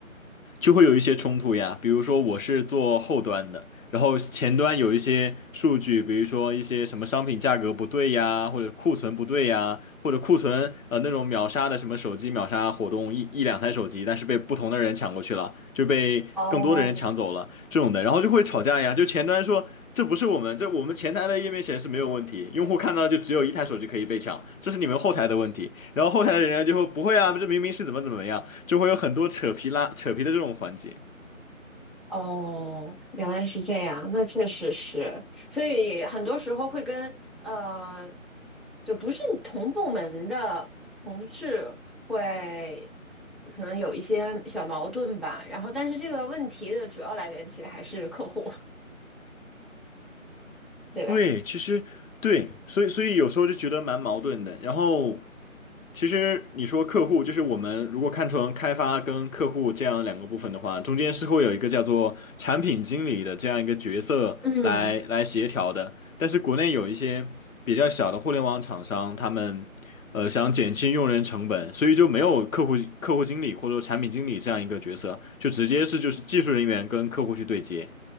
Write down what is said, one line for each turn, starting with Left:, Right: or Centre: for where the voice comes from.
Left: 就会有一些冲突呀。比如说我是做后端的，然后前端有一些数据，比如说一些什么商品价格不对呀，或者库存不对呀，或者库存呃那种秒杀的什么手机秒杀活动，一一两台手机，但是被不同的人抢过去了，就被更多的人抢走了这种的，
Centre: 哦，
Left: 然后就会吵架呀。就前端说。这不是我们，这我们前台的页面显示没有问题，用户看到就只有一台手机可以被抢，这是你们后台的问题。然后后台的人就会不会啊，这明明是怎么怎么样，就会有很多扯皮拉扯皮的这种环节。
Centre: 哦，原来是这样，那确实是，所以很多时候会跟呃，就不是同部门的同事会可能有一些小矛盾吧，然后但是这个问题的主要来源其实还是客户，对吧？
Left: 对，其实对，所以所以有时候就觉得蛮矛盾的。然后其实你说客户，就是我们如果看成开发跟客户这样两个部分的话，中间是会有一个叫做产品经理的这样一个角色来来协调的。
Centre: 嗯。
Left: 但是国内有一些比较小的互联网厂商，他们呃想减轻用人成本，所以就没有客户客户经理或者说产品经理这样一个角色，就直接是就是技术人员跟客户去对接。